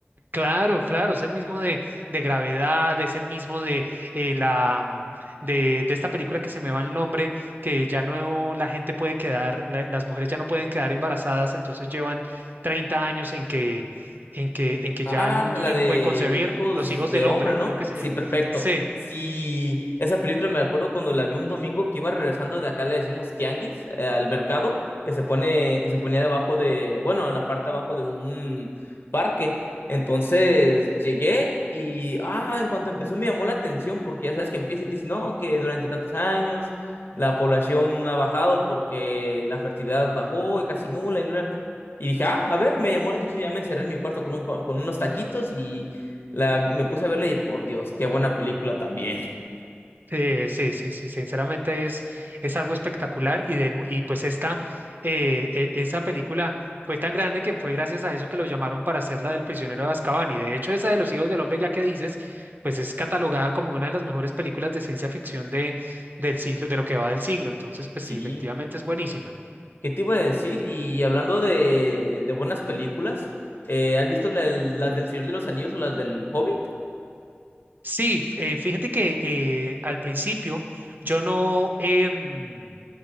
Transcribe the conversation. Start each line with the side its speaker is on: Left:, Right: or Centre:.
Right: Claro, claro, es el mismo de, de gravedad, es el mismo de eh, la mm, de, de esta película que se me va el nombre, que ya no la gente puede quedar, la- las mujeres ya no pueden quedar embarazadas, entonces llevan 30 años en que, en que, en que ya
Left: Ah,
Right: el mundo
Left: la
Right: ya
Left: de
Right: no puede concebir
Left: Hijos
Right: los hijos
Left: de
Right: del
Left: Hombre,
Right: hombre,
Left: ¿no?
Right: creo que se
Left: Sí,
Right: llama.
Left: perfecto.
Right: Sí,
Left: Sí, esa película me acuerdo cuando la vi un domingo que iba regresando de acá, le decimos tianguis, eh, al mercado, que se pone, que se ponía debajo de, bueno, en la parte abajo de un parque. Entonces llegué y, ah, en cuanto empezó me llamó la atención porque ya sabes que empieza y te dice, no, que durante tantos años la población ha bajado porque la fertilidad bajó y casi nula. Y dije, ah, a ver, me llamó la atención, ya me encerré en mi cuarto con, un, pa- con unos taquitos y la, me puse a verla y por Dios, qué buena película también.
Right: Eh, sí, sí, sí, sinceramente es, es algo espectacular y, de, nu- y pues esta, eh, e- esa película fue tan grande que fue gracias a eso que lo llamaron para hacer la del prisionero de Azkaban y de hecho esa de los hijos del hombre ya que dices, pues es catalogada como una de las mejores películas de ciencia ficción de, del siglo, de lo que va del siglo, entonces pues
Left: Sí,
Right: sí, efectivamente es buenísima.
Left: ¿qué te iba a decir? Y hablando de, de buenas películas, eh, ¿has visto la- las del Señor de los Anillos o las del Hobbit?
Right: Sí, f- eh, fíjate que eh, al principio yo no... em,